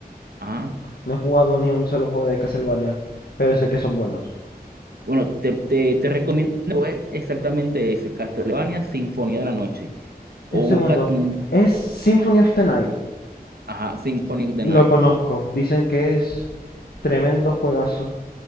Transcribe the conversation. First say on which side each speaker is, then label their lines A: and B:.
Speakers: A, on the right; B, on the left.
A: Ajá.
B: No he jugado ni un solo juego de Castlevania, pero sé que son buenos.
A: Bueno, te, te, te recomiendo jugar exactamente ese, Castlevania Sinfonía de la Noche. O
B: En segundo,
A: búscate un,
B: es Symphony of the Night.
A: ajá, Symphony of the
B: Lo
A: Night.
B: conozco, dicen que es tremendo juegazo.